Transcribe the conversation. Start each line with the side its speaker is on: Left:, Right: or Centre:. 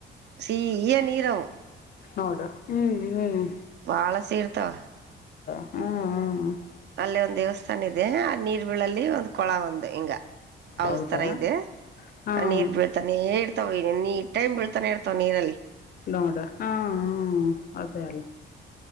Right: ಸಿಹಿಯ ನೀರವು
Left: ನೋಡು ಹ್ಮ್ ಹ್ಮ್
Right: ಬಾಳ ಸಿ ಇರ್ತಾವ.
Left: ಹ್ಮ ಹಾ
Right: ಅಲ್ಲೇ ಒಂದ್ ದೇವಸ್ಥಾನ ಇದೆ ಅ ಬೀಳಲ್ಲಿ ಒಂದು ಕೊಳ ಒಂದು ಹಿಂಗ ಅವ್
Left: ಹೌದಾ
Right: ತರ ಇದೆ
Left: ಹಾಂ
Right: ನೀರ್ ಬೀಳ್ತ ನೇ ಇರ್ತಾವ ಎನಿ ಟೈಮ್ ಬೀಳ್ತಾನೆ ಇರ್ತಾವ ನೀರಲ್ಲಿ.
Left: ನೋಡ ಹಾ ಹಾ ಅದೇ ಅಲ್ಲ.